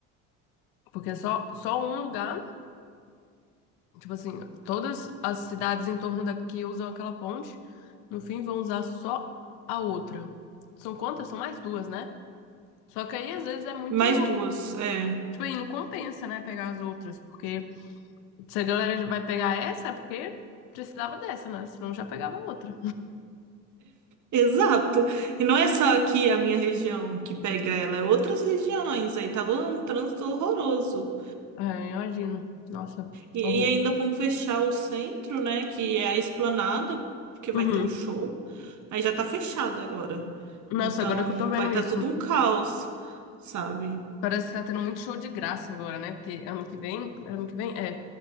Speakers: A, on the left (about 80°); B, on the right (about 50°).
A: Porque é só, só um lugar, tipo assim, todas as cidades em torno daqui usam aquela ponte, no fim vão usar só a outra. São quantas? São mais duas, né? Só que aí às vezes é muito.
B: Mais duas. É.
A: Tipo aí, não compensa, né? Pegar as outras. Porque se a galera vai pegar essa, é porque precisava dessa, né? Senão já pegava outra.
B: Exato. E não é só aqui a minha região que pega ela, é outras regiões. Aí tava um trânsito horroroso.
A: É, imagino. Nossa,
B: E,
A: horror.
B: e ainda vamos fechar o centro, né? Que é a Esplanada, porque vai
A: Uhum.
B: ter um show. Aí já tá fechado agora.
A: Nossa,
B: Então
A: agora que eu tô vendo
B: vai estar
A: isso.
B: tá tudo um caos, sabe?
A: Parece que tá tendo muito show de graça agora, né? Porque ano que vem, ano que vem, é,